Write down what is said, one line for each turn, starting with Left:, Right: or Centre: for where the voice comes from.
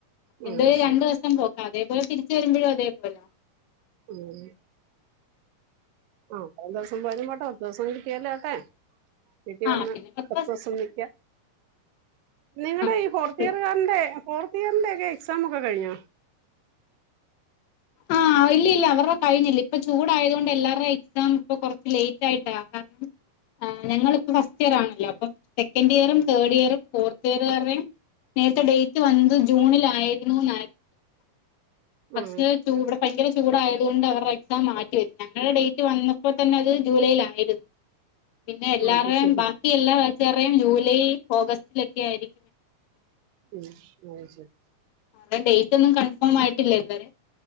Right: ഉം,
Left: എന്തായാലും
Right: ശരി
Left: രണ്ടു ദിവസം പോക്കാ അതേപോലെ തിരിച്ച് വരുമ്പഴും അതേപോലാ.
Right: ഉം. ആഹ് ഒര് ദെവസം പോയാലും പോട്ടെ പത്തു ദെവസം കിട്ടിയാലും ആട്ടെ വീട്ടി
Left: ആ
Right: വന്ന്
Left: പിന്നെ പത്ത്
Right: പത്തോസം
Left: ദിവസം കൂടി
Right: നിക്കാം നിങ്ങടെ
Left: ആ അതേ
Right: ഈ ഫോർത്ത്
Left: ഉള്ളൂ
Right: ഇയർകാർന്റെ ഫോർത്ത് ഇയറിന്റെ ഒക്കെ എക്സാമൊക്കെ കഴിഞ്ഞോ
Left: ആഹ് ഇല്ലില്ല അവരുടെ കഴിഞ്ഞില്ല ഇപ്പൊ ചൂടായത് കൊണ്ട് എല്ലാരുടേം എക്സാം ഇപ്പൊ കൊറച്ച് ലേറ്റ് ആയിട്ടാ കാരണം ആഹ് ഞങ്ങളിപ്പം ഫസ്റ്റിയറാണല്ലോ അപ്പം സെക്കൻഡിയറും തേർഡിയറും ഫോർത്തിയറ് കാര്ടേം നേരത്തെ ഡേറ്റ് വന്നത് ജൂണിലായിരുന്നൂന്നാ പക്ഷെ
Right: ആ
Left: ചൂ ഇവിടെ ഭയങ്കര ചൂടായത് കൊണ്ടവർടെ എക്സാം മാറ്റിവച്ച് ഞങ്ങളെ ഡേറ്റ് വന്നപ്പോ തന്നത് ജൂലായിലായിരുന്ന് പിന്നെ എല്ലാരേയും
Right: ആ, അത് ശരി
Left: ബാക്കി എല്ലാ ബാച്ച്കാര്ടെയും ജൂലൈ ഓഗസ്റ്റിലൊക്കെ ആയിരിക്
Right: ഉം അത് ശരി
Left: ടേം ഡേറ്റൊന്നും കൺഫേം ആയിട്ടില്ല ഇത് വരെ